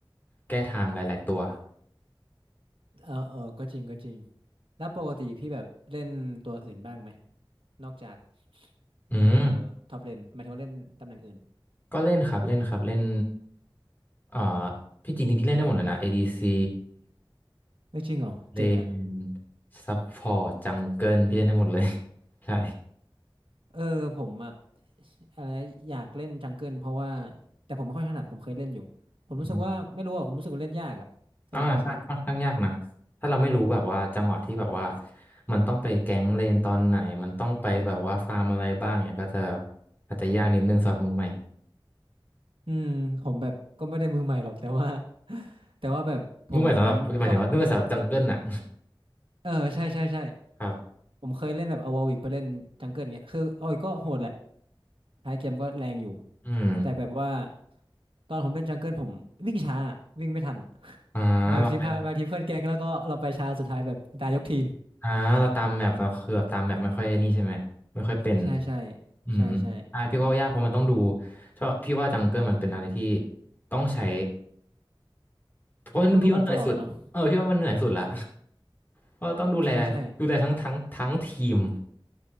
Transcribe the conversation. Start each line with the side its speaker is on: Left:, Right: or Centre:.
Left: แก้ทางหลายๆตัว
Right: เออเออก็จริงก็จริงแล้วปกติพี่แบบเล่นตัวอื่นบ้างไหมนอกจาก
Left: อืม
Right: เอ่อท็อปเลนหมายถึงว่าเล่นตำแหน่งอื่น
Left: ก็เล่นครับ เล่นครับ เล่นเอ่อ พี่จริงๆพี่เล่นได้หมดเลยนะ ADC
Right: ไม่จริงเหรอเจ๋งอะ
Left: เลนซัพพอร์ตจังเกิลพี่เล่นได้หมดเลย <laughs> ใช่
Right: เออผมอะอะไรอยากเล่นจังเกิลเพราะว่าแต่ผมไม่ค่อยถนัดผมเคยเล่นอยู่ผมรู้สึกว่าไม่รู้อะผมรู้สึกว่าเล่นยากอะสำหรับผมนะ
Left: อืม อ่าใช่ค่อนข้างยากนะถ้าเราไม่รู้แบบว่าจังหวะที่แบบว่ามันต้องไปแก๊งเลนตอนไหนมันต้องไปแบบว่าฟาร์มอะไรบ้างเนี่ยก็จะอาจจะยากนิดนึงสำหรับมือใหม่
Right: อืมผมแบบก็ไม่ได้มือใหม่หรอกแต่ว่า <laughs> แต่ว่าแบบผม
Left: มือใหม่สำหรับหมายถึงว่ามือใหม่สำหรับจังเกิลน่ะ
Right: ตอนเออใช่ใช่ใช่
Left: <laughs> ครับ
Right: ผมเคยเล่นแบบเอาวอวิกไปเล่นจังเกิลเงี้ยคือโอ้ยก็โหดแหละท้ายเกมก็แรงอยู่
Left: อืม
Right: แต่แบบว่าตอนผมเล่นจังเกิลผมวิ่งช้าวิ่งไม่ทัน <laughs>
Left: อ่าเราไป
Right: แบบทีมพาบางทีเพื่อนแกล้งแล้วก็เราไปช้าสุดท้ายแบบตายยกทีม
Left: อ่าเราตามแมปเราคือแบบตามแมปไม่ค่อยนี่ใช่ไหมไม่ค่อยเป็น
Right: ใช่ใช่
Left: อืมใช่พี่ว่ายากเพราะมันต้องดู
Right: ใช่ใช่
Left: ชอบพี่ว่าจังเกิลมันเป็นอะไรที่ต้องใช้เพราะพี่ว่าเหนื่อยสุดเออพี่ว่ามันเหนื่อยสุดละ
Right: ต้องดูแมปตลอดเนาะ
Left: เพราะต้องดูแลดูแลทั้งทั้งทั้งทีม
Right: ใช่ใช่